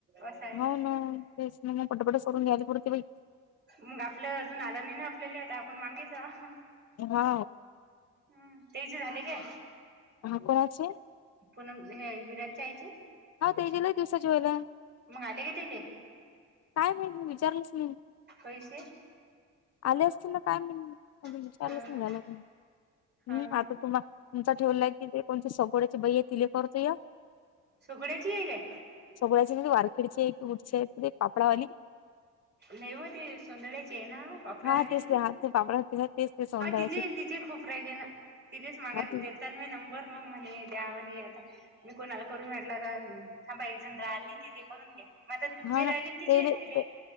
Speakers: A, on the right; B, on the left.
A: असं आहे
B: हो ना तेच ना मग पटापट सोडून घ्यायली पुढेि बा
A: मग आपलं अजून आलं नाही ना आपल्याला आता आपण मागायचं
B: हा
A: हम् ते जे झाले का
B: हा कोणाचे
A: पुनम हे विराटच्याचाईचे
B: हा तेजला दिवसाची वला
A: मगाले का तेले
B: काय नाहीहि विचारलंच नाही
A: होसे
B: आले असतील ना काय विचारलंच
A: हो
B: नाही
A: ना
B: झाला हम्
A: हो ना
B: आता तुम्हा तुमचा ठेवला की ते कोणते सगोड्याचे बही आहे तिले करतो या
A: सुगड्याची एक का आहे
B: सगळळेचे क तु वार खिळचे आहे क उठचे पुे पापडा वाली
A: नेहवती सुंदळे्या जेना पापड
B: हा
A: हली
B: तेच ते हा ते पापड तेच ते सौंदळ्याची
A: हो तिचे तिचे खूप राहिले ना तिथेच मागाता
B: हा ती
A: मी नंबर मग म्हणे द्या म्हणे आता मी कोणाला करून भेटला तर थांबा एक जण राहिली ति जे करून घ्या मग आता तुमचेही
B: हा ना
A: राहिले
B: ते
A: आणि तिचेही राहिले
B: ते